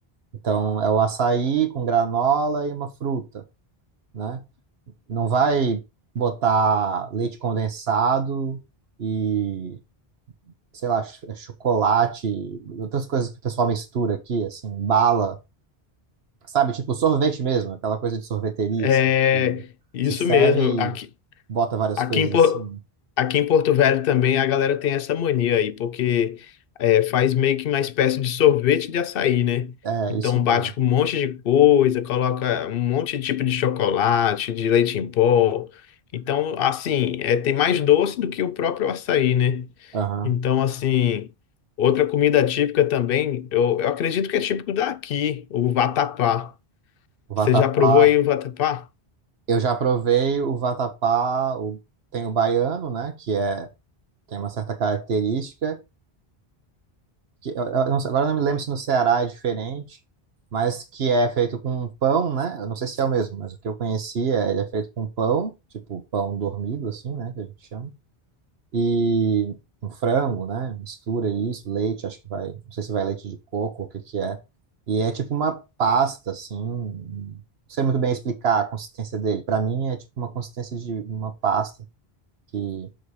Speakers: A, on the right (about 75°); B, on the left (about 65°).
A: Então é o açaí com granola e uma fruta, né? Não vai botar leite condensado e sei lá, ch- é chocolate, outras coisas que o pessoal mistura aqui, assim, bala, sabe? Tipo sorvete mesmo, aquela coisa de sorveteria,
B: É
A: assim, que tu
B: isso
A: se serve
B: mesmo.
A: e
B: Aqui,
A: bota várias
B: Aqui
A: coisas
B: em, Po-
A: em cima.
B: aqui em Porto Velho também a galera tem essa mania aí, porque é, faz meio que uma espécie de sorvete de açaí, né?
A: É,
B: Então
A: isso
B: bate
A: mesmo.
B: com um monte de coisa, coloca um monte de tipo de chocolate, de leite em pó. Então, assim, é, tem mais doce do que o próprio açaí, né?
A: Aham.
B: Então, assim, outra comida típica também, eu, eu acredito que é típico daqui, o vatapá.
A: O
B: Você
A: vatapá.
B: já provou aí o vatapá?
A: Eu já provei o vatapá, o, tem o baiano, né, que é, tem uma certa característica, que eu- eu não sei- agora eu não me lembro se no Ceará é diferente, mas que é feito com pão, né? Eu não sei se é o mesmo, mas o que eu conhecia, ele é feito com pão, tipo pão dormido, assim, né? Que a gente chama. E um frango, né? Mistura isso, leite, acho que vai, não sei se vai leite de coco ou o que que é. E é tipo uma pasta, assim, não sei muito bem explicar a consistência dele. Para mim é tipo uma consistência de uma pasta que...